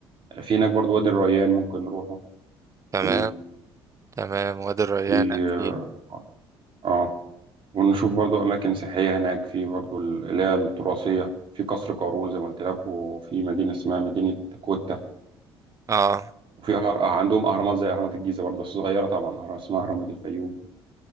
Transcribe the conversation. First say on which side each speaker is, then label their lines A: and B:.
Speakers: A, on the right (about 40°); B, on the right (about 25°).
A: في هناك برضو وادي الريان ممكن نروحه
B: تمام
A: جميل
B: تمام وادي الريان
A: في
B: أكيد
A: اه آه، ونشوف برضو أماكن سياحية هناك في برضو ال- اللي هي التراثية في قصر قارون زي ما قلت لك وفي مدينة اسمها مدينة كوتا
B: اه
A: وفي أهر... آه، عندهم أهرامات زي أهرامات الجيزة برضو بس صغيرة طبعا أهرام اسمها أهرامات الفيوم